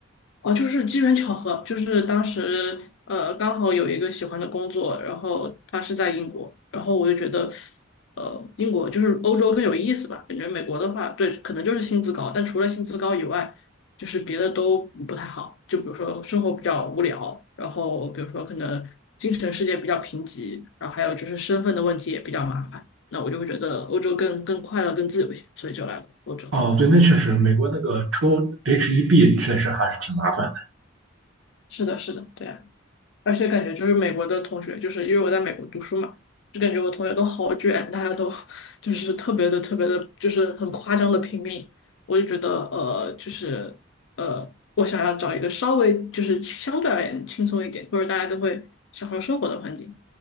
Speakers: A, on the left; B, on the right.
A: 哦，就是机缘巧合，就是当时呃刚好有一个喜欢的工作，然后他是在英国，然后我就觉得，呃，英国就是欧洲更有意思吧，感觉美国的话，对，可能就是薪资高，但除了薪资高以外，就是别的都不太好，就比如说生活比较无聊，然后比如说可能精神世界比较贫瘠，然后还有就是身份的问题也比较麻烦，那我就会觉得欧洲更更快乐、更自由一些，所以就来了欧洲。
B: 哦，对，那确实，美国那个抽 H1B 确实还是挺麻烦
A: 是的，是的，对啊而且感觉就是美国的同学，就是因为我在美国读书嘛，就感觉我同学都好卷，大家都 <laughs> 就是特别的、特别的，就是很夸张的拼命。我就觉得，呃，就是呃，我想要找一个稍微就是相对而言轻松一点，或者大家都会享受生活的环境。